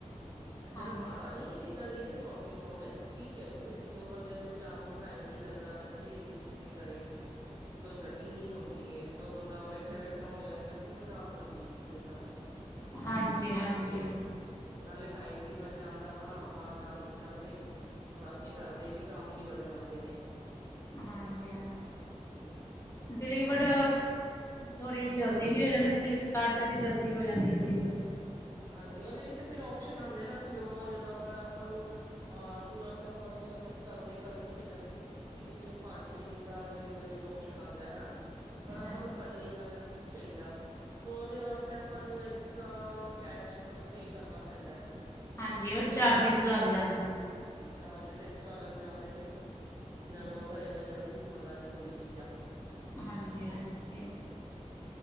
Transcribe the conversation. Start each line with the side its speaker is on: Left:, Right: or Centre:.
Right: ਅੱਛਾ
Left: ਹਾਂਜੀ
Right: ਤੇ ਮਾੜਾ ਨਹੀਂ ਹੈਗਾ ਇਹ ਸ਼ੋਪਿੰਗ ਔਨਲਾਈਨ, ਠੀਕ ਹੈ, ਜਿੱਥੇ ਜੋ ਬੰਦਿਆਂ ਨੂੰ ਜਾਣ ਨੂੰ ਟਾਈਮ ਨੀ ਲੱਗ ਦਾ ਬੱਚੇ ਹੈਗੇ ਜਿਸ ਦੇ ਘਰੇ, ਕਿਸੇ ਕੋਲ ਗੱਡੀ ਨੀ ਹੁੰਦੀ ਐ, ਤਾਂ ਉਹ ਬੰਦਾ ਬ ਉੱਥੇ ਬੈਠੇ ਔਨਲਾਈਨ ਕਰਕੇ ਮੰਗਵਾ ਸਕਦੀ ਆ ਚੀਜ਼ਾਂ ਸਾਰੀ।
Left: ਹਾਂਜੀ ਹਾਂਜੀ
Right: ਹਮ, ਨਾਲੇ ਟਾਈਮ ਵੀ ਬਚ ਜਾਂਦਾ। ਆਪਣਾ ਬਾਹਰ, ਜਾ ਜਾਂਦੇ। ਔਰ ਆਪਣੇ ਘਰ ਦੇ ਵੀ ਕੰਮ ਨਿੱਬੜ ਜਾਂਦੇ ਨੇ।
Left: ਹਾਂਜੀ- ਹਾਂ,
Right: ਹੂੰ,
Left: ਡਿਲੀਵਡ ਥੋੜ੍ਹੀ ਜਲਦੀ ਵੀ ਹੋ ਜਾਂਦੀ। ਫਲਿੱਪਕਾਰਟ ਦੇ ਵੀ ਜਲਦੀ ਹੋ ਜਾਂਦੀ ਐ ਡਿਲੀਵਰੀ।
Right: ਹਾਂਜੀ, ਉਹਦੇ ਵਿੱਚ ਫੇਰ ਉਪਸ਼ਨ ਆਉਂਦੇ ਨਾ, ਫਿਰ ਉਹ ਜਦੋਂ ਅਗਰ ਆਪਾਂ ਨੂੰ ਆਹ, ਤੁਰੰਤ ਆਪਾਂ ਨੂੰ ਮਤਲਬ। ਕੱਲ ਦੇ ਕੱਲ ਹੀ ਚਾਹੀਦਾ, ਕਿਸੇ-ਕਿਸੇ ਨੂੰ ਪੰਜ- ਛੇ ਦਿਨ ਦਾ ਡਿਲੀਵਰੀ ਉਪਸ਼ਨ ਆਉਂਦਾ, ਹਨਾ। ਪਰ
Left: ਹਾਂ
Right: ਆਪਾਂ ਨੂੰ ਕੱਲ ਹੀ ਐਮਰਜੈਂਸੀ 'ਚ ਚਾਹੀਦਾ। ਤੋ ਉਹਦੇ ਵਾਸਤੇ ਆਪਾਂ ਨੂੰ ਤਾਂ, ਕੈਸ਼ ਮਤਲਬ ਪੇ ਕਰਨਾ ਪੈਂਦਾ।
Left: ਹਾਜੀ ਓ ਚਾਰਜਿਸ ਲੱਗ ਜਾਂਦੇ।
Right: ਹਾਂਜੀ, ਚਾਰਜਿਸ਼ ਐਕਸਟਰਾ ਲੱਗ ਜਾਂਦੇ ਨੇ। ਜਿਨਾਂ
Left: ਹੂੰ।
Right: ਨੂੰ ਅਗਰ ਐਮਰਜੈਂਸੀ 'ਚ ਮੰਗਾਨੀ। ਕੋਈ ਚੀਜ਼ਾਂ।
Left: ਹਾਂਜੀ- ਹਾਂਜੀ ਏ